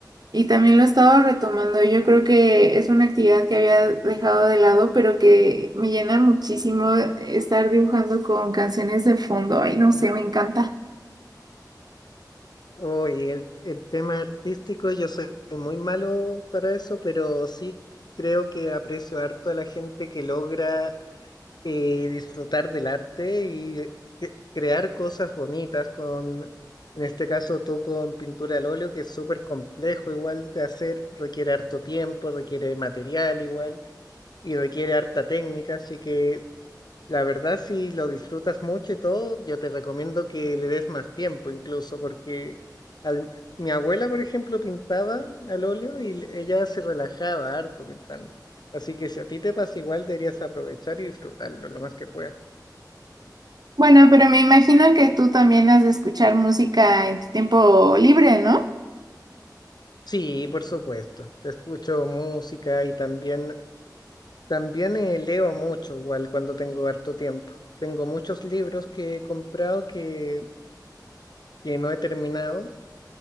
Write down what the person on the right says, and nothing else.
Y también lo he estado retomando. Yo creo que es una actividad que había dejado de lado, pero que me llena muchísimo estar dibujando con canciones de fondo. Ay, no sé, me encanta.
Bueno, pero me imagino que tú también has de escuchar música en tu tiempo libre, ¿no?